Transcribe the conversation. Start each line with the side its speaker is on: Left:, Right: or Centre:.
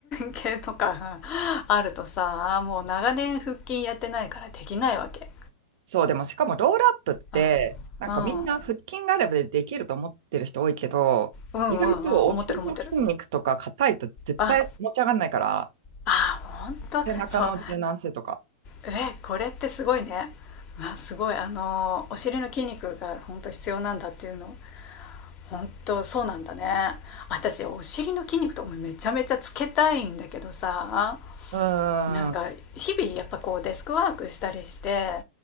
Left: 系とか <laughs> あるとさもう長年腹筋やってないからできないわけ
Right: そう、でもしかもロールアップって、
Left: うん
Right: なんかみんな腹筋があればできると思ってる人多いけど、
Left: うんうんうんうん思ってる思ってる
Right: 意外とお尻の筋肉とか硬いと絶対持ち上がんないから、
Left: ああほんとそう
Right: 背中の柔軟性とか。
Left: えこれってすごいねあすごいあのお尻の筋肉が本当必要なんだっていうの本当そうなんだね私お尻の筋肉とかめちゃめちゃつけたいんだけどさ
Right: うーん、
Left: なんか日々やっぱこうデスクワークしたりして